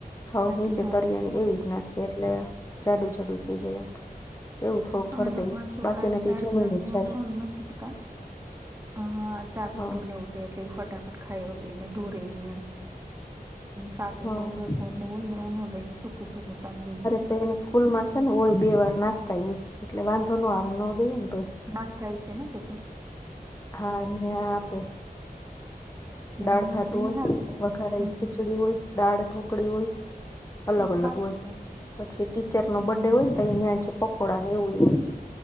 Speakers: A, on the left; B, on the right.
A: હઉ
B: ખાટી
A: નીચે
B: હા
A: તરિયાની એવી જ નાખ એટલે જાડુ જાડુ થઈ જાય. એવું થોડુંક
B: અમે
A: ભર
B: તોરા
A: દઈએ
B: છોકરાને
A: બાકી નથી
B: દાળ
A: જમીન
B: ભાત
A: જ
B: ને એવું
A: જાય
B: તો નથીતા. હ, હા શાક
A: હા
B: રૂટની ઉધે એટલે ફટાફટ ખાઈગઈને ઢોરે ની એમ શાક
A: હા
B: એ બહ રસો. ઓહી નને ઓું કે સુકું, સુકું સકઈ.
A: ને સ્કૂલ માં છે ને, હોય બે વાર નાસ્તાય હોય એટલે વાંધો ન આવે. ન દઈએ ને તોય
B: નાપતા હ છે ને તો, તો
A: હા ન્યા આપે
B: જે
A: દાળ
B: હા
A: ભાત
B: તો એ
A: હોય
B: હારું કેવાય.
A: વખારેલ
B: હમ
A: ખીચડી હોય દાળ ઢોકળી હોય. અલગ
B: એ તો
A: અલગ
B: હારું
A: હોય
B: કેવાય
A: પછી ટીચરનોો બર્ડે
B: હમ હમ
A: હોય ને તો અ્યાં જ પકોડા ને એવું હોય